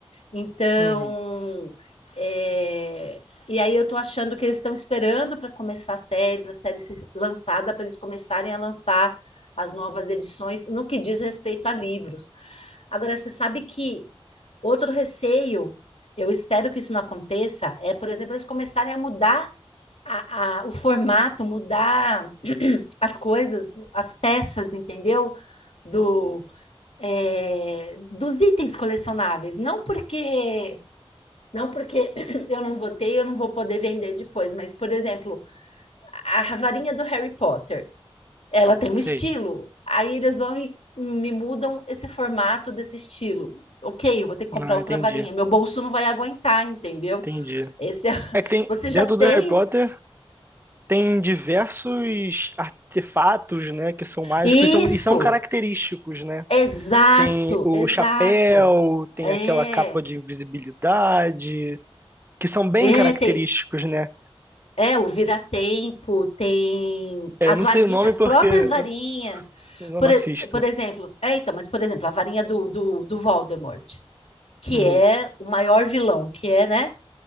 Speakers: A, on the left (about 85°); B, on the right (about 20°).
A: Então,
B: Uhum,
A: é, e aí eu tô achando que eles estão esperando para começar a série, para a série ser lançada, para eles começarem a lançar as novas edições no que diz respeito a livros. Agora, você sabe que outro receio, eu espero que isso não aconteça, é, por exemplo, eles começarem a mudar a- a- o formato, mudar as coisas, as peças, entendeu? Do, é, dos itens colecionáveis. Não porque não porque <clears throat> eu não votei, eu não vou poder vender depois, mas, por exemplo, a varinha do Harry Potter, ela tem um estilo.
B: sei.
A: Aí eles vão e me mudam esse formato desse estilo. Ok, eu vou ter que comprar
B: Não,
A: outra
B: entendi.
A: varinha. Meu bolso não vai aguentar, entendeu?
B: Entendi.
A: Esse é... <laughs>
B: É que tem,
A: Você
B: dentro
A: já tem.
B: do Harry Potter. Tem diversos artefatos, né, que são mágicos
A: Isso!
B: e são, e são característicos, né?
A: Exato,
B: Tem o
A: exato.
B: chapéu, tem
A: É,
B: aquela capa de invisibilidade, que são bem
A: é,
B: característicos,
A: tem.
B: né?
A: É, o vira-tempo, tem
B: É,
A: as
B: eu não
A: varinhas,
B: sei o nome
A: as
B: porque
A: próprias
B: eu
A: varinhas.
B: não
A: Por, e-
B: assisto.
A: por exemplo, é, então, mas por exemplo, a varinha do, do, do Voldemort, que
B: Uhum.
A: é o maior vilão, que é, né?